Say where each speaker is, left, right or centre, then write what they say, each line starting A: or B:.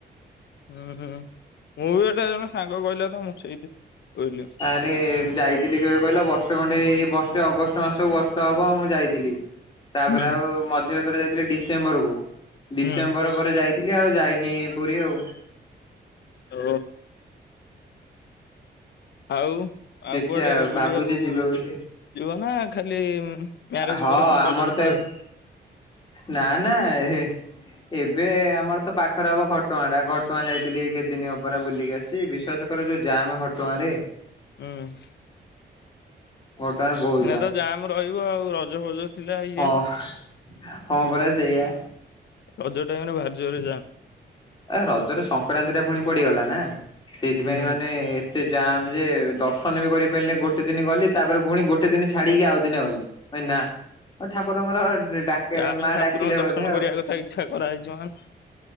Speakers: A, on the left (about 75°); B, on the left (about 25°).
A: ହୁଁ ମୁଁ ବି ଗୋଟେ ଜଣେ ସାଙ୍ଗ କହିଲା ତ ମୁଁ ସେଇଠି କହିଲି।
B: ଏ ଯାଇଥିଲି କେବେ କହିଲ ବର୍ଷେ ଖଣ୍ଡେ ଏ ବର୍ଷେ ଅଗଷ୍ଟ ମାସକୁ ବର୍ଷ ହେବ ମୁଁ ଯାଇଥିଲି। ତାପରେ
A: ହୁଁ
B: ଆଉ ମଝିରେ ଥରେ ଯାଇଥିଲି ଡିସେମ୍ବରକୁୁ। ଡିସେମ୍ବର
A: ହୁଁ
B: ପରେ ଯାଇଥିଲି ଆଉ ଯାଇନି ପୁରୀ ଆଉ।
A: ଓ। ଆଉ
B: ଦେଖିବା
A: ଆଉ କୁଆଡେ ବୁଲିବାକୁୁ
B: ଭାବୁଛି ଯିବେ
A: ଯିବ
B: ବୋଲି
A: ନା ଖାଲି ମ୍ୟାରେଜ
B: ହଁ
A: ପରେ ପୁଣି
B: ଆମର
A: କଲେଜ
B: ତ
A: ପଳେଇବ?
B: ନା ନା ଏ ହେ। ଏବେ ଆମର ତ ପାଖରେ ହବ ଘଟଗାଁ ଟା ଘଟଗାଁ ଯାଇଥିଲି ଏ କେତେଦିନ ପରା ବୁଲିକି ଆସ ଚି ବିଶ୍ୱାସ କର ଯୋଉ ଜାମ ଘଟଗାଁ ରେ।
A: ହୁଁ।
B: ଘଟଗାଁରେ ବହୁତ
A: ଏଇନା ତ ଜାମ ରହିବ ଆଉ ରଜ ଫଜ ଥିଲା ଇଏ
B: ହଁ ହଁ ପରା ସେଇଆ।
A: ରଜ ଟାଇମରେ ଭାରି ଜୋରେ ଯାମ୍।
B: ଆ ରଜରେ ସଂକ୍ରାନ୍ତି ଟା ପୁଣି ପଡିଗଲା ନା ସେଇଥିପାଇଁ
A: ହୁଁ
B: ମାନେ ଏତେ ଯାମ୍ ଯେ ଦର୍ଶନ ବି କରିପାଇଲିନି ଗୋଟେ ଦିନ ଗଲି ତାପରେ ପୁଣି ଗୋଟେ ଦିନ ଛାଡିକି ଆଉ ଦିନେ ଗଲି। ମୁଁ କହିନି ନା ଠାକୁରଙ୍କର ଡା
A: ଯାହାହେଲେ
B: ମା
A: ଠାକୁରଙ୍କ
B: ଡାକିଲେ
A: ଦର୍ଶନ
B: ବୋଧେ
A: କରିବା
B: ଆଉ।
A: କଥା ଇଚ୍ଛା କରାହେଇଛି ମାନେ